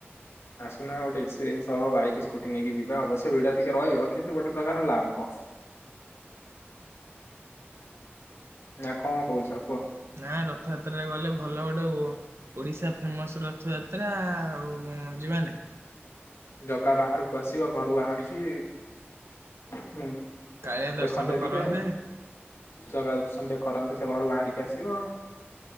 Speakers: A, on the left (about 80°); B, on the right (about 70°).
A: ଆସୁନା ଗୋଟେ ଏକ୍ସପିରିଏନ୍ସ ହବ ବାଇକ୍ ସ୍କୁଟି ନେଇକି ଯିବା ଆଉ ଅବଶ୍ୟ ଭିଡ ଟିକେ ରହିବ କିନ୍ତୁ ଗୋଟେ ପ୍ରକାର ଲାଭ। ନା କଣ କହୁଛ? କୁହ
B: ନା ରଥଯାତ୍ରାରେ ଗଲେ ଭଲ ଗୋଟେ ଓଡ଼ିଶା ଫେମସ୍ ରଥଯାତ୍ରା ଆଉ ଯିବାନି।
A: ଜଗା ବାହାରକୁ ଆସିବ ଘରୁ ବାହାରିକି ହୁଁ
B: କାଳିଆ ଦର୍ଶନ
A: ଦେଖନ୍ତେ
B: କରନ୍ତେ
A: ଟିକେ ଜଗା ଦର୍ଶନ ଟିକେ କରନ୍ତେ। ସେ ଘରୁ ବାହାରିକି ଆସିବ।